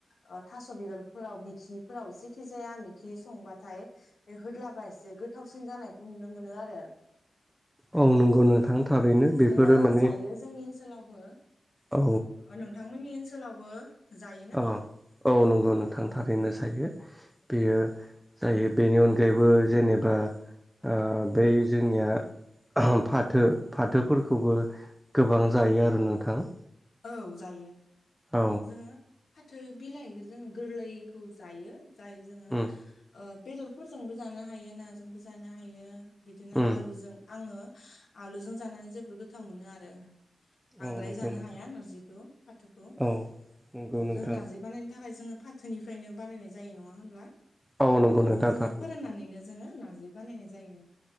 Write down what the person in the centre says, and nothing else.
औ नंगौ नोंथां थारैनो
बेफोरो माने
औ
ओ औ नंगौ नोंथां थारैनो जायो। बेयो जायो बेनि अनगायैबो जेनेबा ओ बै जोंनिया फाथो फाथोफोरखौबो गोबां जायो आरो नोंथां।
औ
उम
उम
औ नंगौ।
नोंथां
औ नंगौ
नोंथां
औ नंगौ
नोंथां
थारैनो